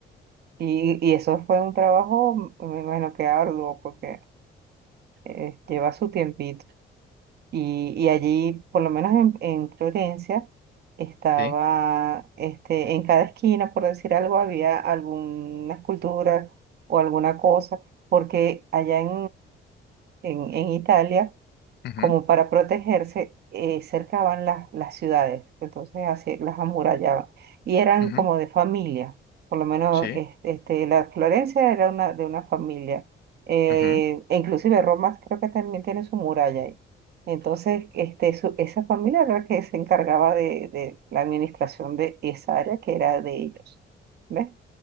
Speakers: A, on the right (about 55°); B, on the left (about 55°).
A: Y, y eso fue un trabajo, me imagino que arduo, porque eh, lleva su tiempito. Y, y allí, por lo menos en, en Florencia, estaba,
B: sí,
A: este, en cada esquina, por decir algo, había alguna escultura o alguna cosa, porque allá en, en, en Italia
B: ujú,
A: como para protegerse, eh, cercaban las, las ciudades, entonces así las amurallaban. Y eran
B: ujú,
A: como de familia, por lo menos
B: sí.
A: es- este, la Florencia era una, de una familia. eh,
B: Ujú.
A: e inclusive Roma creo que también tiene su muralla ahí. Entonces, este, su- esa familia era la que se encargaba de, de la administración de esa área que era de ellos. ¿Ves?